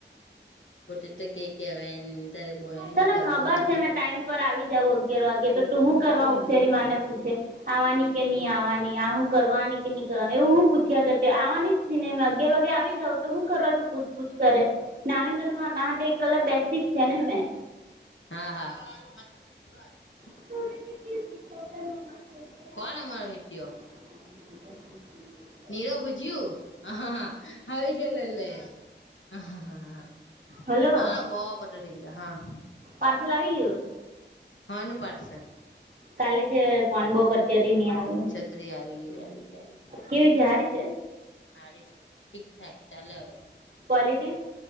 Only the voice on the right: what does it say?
તને
ખબર
છે મેં ટાઈમ પર આવી જાઉં અગિયાર વાગે તો તું હું કરવા હોશિયારી મારને પૂછે આવાની કે નહી આવવાની આહું કરવાની કે નહી કરવા એવું હું પૂછ્યા કરે આવાની જ છેને અગિયાર વાગે આવી જાઉ તો શું કરવા તું પૂછ પૂછ કરે નાવીન તને મા <unintelligible> કલાક બેસ્ટતી જ છે ને મેં
થોડ કે. <unintelligible>
<inaudible>
હલો
પાર્સલ આવી ગયું.
કાલે જે ફોન બો કરતી હતી નહી આવેલુ
કેવી છે હારી છે.
ક્વોલિટી